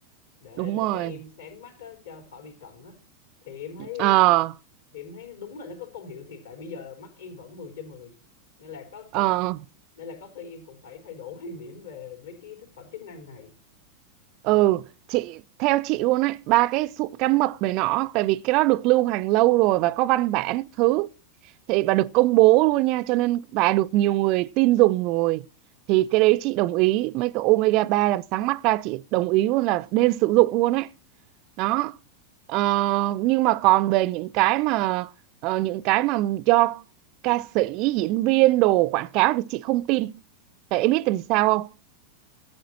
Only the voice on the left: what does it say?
để
để
cho em sáng mắt á cho khỏi bị cận á thì em thấy
thì em thấy đúng là nó có công hiệu thiệt tại bây giờ mắt em vẫn 10 trên 10 nên là có
có nên là có khi em cũng phải thay đổi <laughs> quan điểm về mấy cái thực phẩm chức năng này